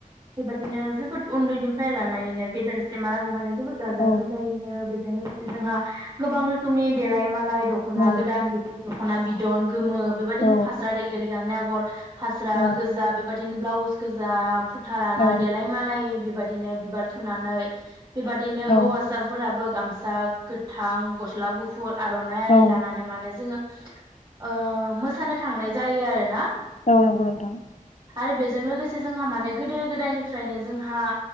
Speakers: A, on the right (about 30°); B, on the left (about 60°).
A: बेबायदिनो जोबोद उन्दैनिफ्राय लानानैनो गेदेरसिमहालागे माने बेफोर गाजा
B: औ
A: गोमजायैनो बे जों लोगोसे जोंहा गोबां रोखोमनि देलाय मालाय। दख'ना
B: औ
A: गोदान बेफोर दख'ना बिदन गोमो बेबायदिनो
B: औ
A: फास्रा रेगे रेगांनि आगर फास्रा
B: औ
A: गोजा बेबादि बिदिनो ब्लाउस गोजा फु थालाना
B: औ
A: देलाय मालाय बिफ बेबायदिनो बिबार थुनानै बेबादिनो
B: औ
A: हौवासाफोराबो गामसा गोथां गस्ला गुफुर आर'नाइ आरि
B: औ
A: लानानै जोङो ओ मोसानो थांनाय जायो आरोना।
B: औ नंगौ नोंथां
A: आरो बेजों लोगोसे जोंहा माने गोदो गोदायनिफ्रायनो जोंहा